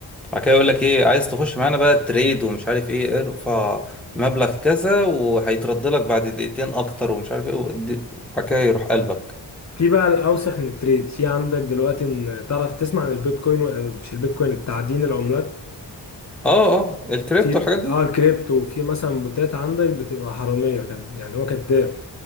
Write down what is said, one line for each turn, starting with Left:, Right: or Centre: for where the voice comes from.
Centre: بعد كده يقول لك ايه عايز تخش معانا بقى تريد ومش عارف ايه ارفع مبلغ كذا وهيترد لك بعد دقيقتين اكتر ومش عارف ايه ودي- وبعد كده يروح قلبك
Left: في بقى الاوسخ من التريد في عندك دلوقتي ان تعرف تسمع عن البيتكوين و- مش البيتكوين التعدين العملات
Centre: اه اه الكريبتو
Left: في
Centre: الحاجات دي
Left: اه الكريبتو وفي مثلا بوتات عندك بتبقى حراميه كد... يعني هو كذاب